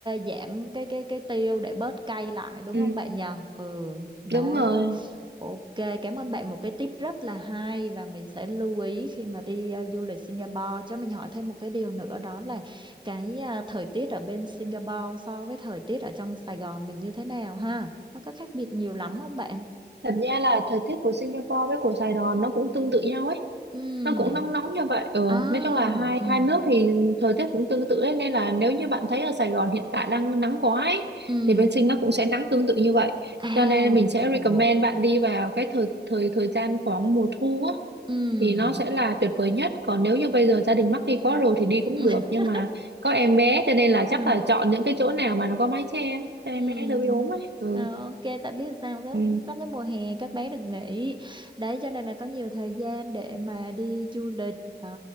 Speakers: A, on the right (about 25°); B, on the right (about 75°).
A: giảm cái cái cái tiêu để bớt cay lại đúng
B: ừ
A: không bạn nhờ? Ừ, đấy.
B: đúng rồi
A: Ok, cảm ơn bạn một cái tip rất là hay và mình sẽ lưu ý khi mà đi ờ, du lịch Singapore. Cho mình hỏi thêm một cái điều nữa đó là cái ờ, thời tiết ở bên Singapore so với thời tiết ở trong Sài Gòn mình như thế nào ha? Nó có khác biệt nhiều lắm không bạn?
B: thật ra là thời tiết của Singapore với của Sài Gòn nó cũng tương tự nhau ấy
A: Ừ,
B: nó cũng nóng nóng như vậy ừ.
A: À,
B: nói chung là hai
A: ừ,
B: hai nước thì thời tiết cũng tương tự ấy, nên là nếu như bạn thấy ở Sài Gòn hiện tại đang nắng quá ấy,
A: ừ,
B: thì bên Sinh nó cũng sẽ nắng tương tự như vậy
A: À,
B: cho nên mình sẽ
A: ồ.
B: recommend bạn đi vào cái thời thời thời gian khoảng mùa thu á
A: Ừm.
B: thì nó sẽ là tuyệt vời nhất còn nếu như bây giờ gia đình mắc đi quá rồi thì đi cũng
A: <laughs>
B: được nhưng mà có em bé cho nên là
A: Ừ.
B: chắc là chọn những cái chỗ nào mà nó có mái che cho em
A: Ừ.
B: bé đỡ bị ốm ấy ừ.
A: Ờ, ok tại biết sao sắp
B: Ừ.
A: sắp đến mùa hè các bé được nghỉ đấy cho nên là có nhiều thời gian để mà đi du lịch đó